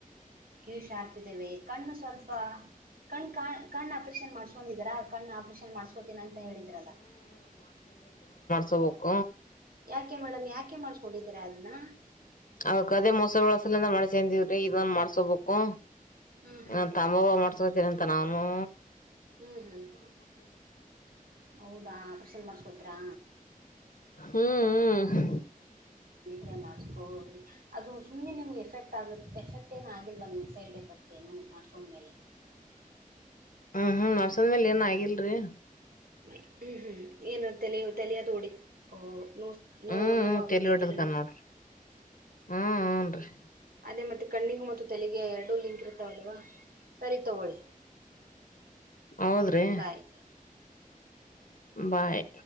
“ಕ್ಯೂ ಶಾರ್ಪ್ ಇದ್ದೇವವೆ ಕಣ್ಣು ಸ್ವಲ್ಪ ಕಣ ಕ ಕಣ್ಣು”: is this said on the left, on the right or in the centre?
Right